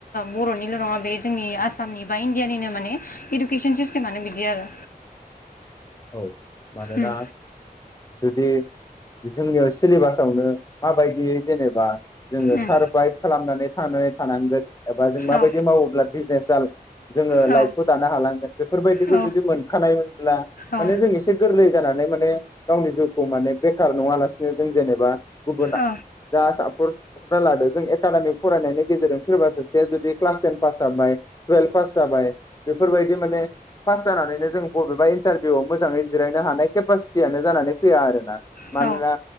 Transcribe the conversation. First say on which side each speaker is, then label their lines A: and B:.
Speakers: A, on the left; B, on the left.
A: बर'निल' नङा बे जोंनि आसामनि बा इण्डियानिनो माने इडुकेसन सिस्टेमानो बिदि आरो।
B: औ मानोना
A: उम
B: जुदि जोंनियाव सिलेबासावनो माबायदि जेनेबा जोङो
A: उम
B: सारभाइभ खालामनानै थानो थानांगोन एबा जों माबायदि
A: औ
B: मावोब्ला बिजनेसा जोङो
A: औ
B: लाइफखौ दानो हालांगोन बेफोरबायदिखौ
A: औ
B: जुदि मोनखानायमोनब्ला
A: औ
B: माने जों एसे गोरलै जानानै माने गावनि जिउखौ माने बेखार नङालासिनो जों जेनेबा गुबुना
A: औ
B: जा सापरस सुफरना लादो जों एकाडेमिक फरायनायनि गेजेरजों सोरबा सासे जुदि क्लास टेन पास जानाय टुवेल्भ पास जानाय बेफोरबायदि माने पास जानानैनो जों बबेबा इन्टारभिउ मोजाङै जिरायनो हानाय केपास- टियानो जानानै फैया आरोना
A: औ
B: मानोना